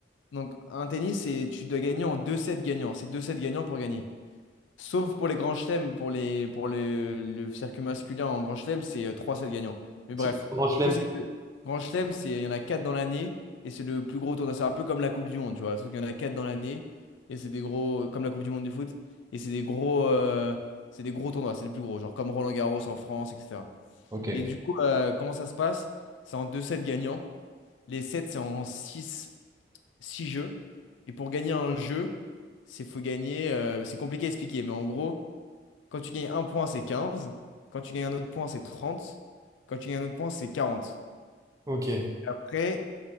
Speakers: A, on the left; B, on the right.
A: donc un tennis, c'est tu dois gagner en 2 sets gagnants. C'est 2 sets gagnants pour gagner. Sauf pour les grands chelems, pour les pour le, le circuit masculin en grand chelem, c'est euh, 3 sets gagnants. Mais bref,
B: C'est pour le grand chelem.
A: du coup c'est grand chelem, c'est il y en a 4 dans l'année et c'est le plus gros tournoi. C'est un peu comme la Coupe du Monde, tu vois. Sauf qu'il y en a 4 dans l'année et c'est des gros comme la Coupe du Monde du foot et c'est des gros euh, c'est des gros tournois. C'est les plus gros, genre comme Roland-Garros en France, etc.
B: Ok.
A: Et du coup, euh, comment ça se passe? C'est en deux sets gagnants. Les sets, c'est en six six jeux. Et pour gagner un jeu, c'est faut gagner. euh, c'est compliqué à expliquer, mais en gros, quand tu gagnes un point, c'est 15. Quand tu gagnes un autre point, c'est 30. Quand tu gagnes un autre point, c'est 40.
B: Ok.
A: Après,